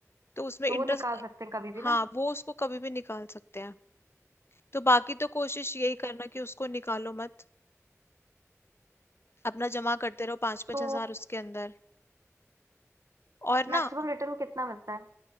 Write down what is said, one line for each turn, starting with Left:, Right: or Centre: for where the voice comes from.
Left: तो उसमें इंटरेस्ट
Right: तो वो निकाल सकते हैं कभी भी
Left: हाँ
Right: ना
Left: वो उसको कभी भी निकाल सकते हैं तो बाकी तो कोशिश यही
Right: ये तो
Left: करना
Right: अच्छा
Left: कि
Right: है
Left: उसको निकालो मत अपना जमा करते रहो पाँच पाँच
Right: तो
Left: हजार उसके अंदर और ना
Right: मैक्सिमम रिटर्न कितना मिलता है